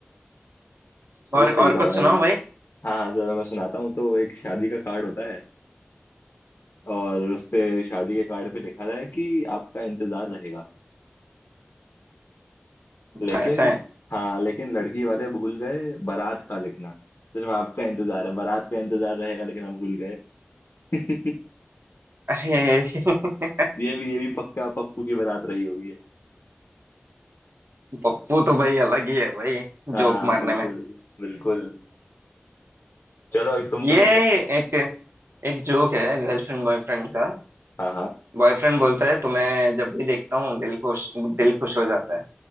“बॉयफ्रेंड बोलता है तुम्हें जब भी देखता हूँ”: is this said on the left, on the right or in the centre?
Right